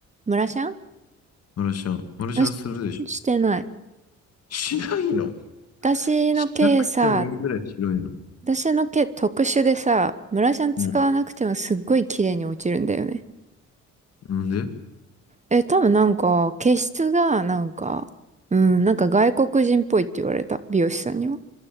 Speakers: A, on the right (about 25°); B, on the left (about 55°).
A: ムラシャン
B: マラシャン。マラシャンするでしょ
A: よし、してない。
B: しないの
A: 私の毛さ、
B: しなくてもいいぐらい白いの。
A: 私の毛特殊でさ、ムラシャン使わなくてもすっごい綺麗に落ちるんだよね。
B: もう、なんで
A: え、多分なんか、毛質がなんか、うん、なんか外国人っぽいって言われた。美容師さんには。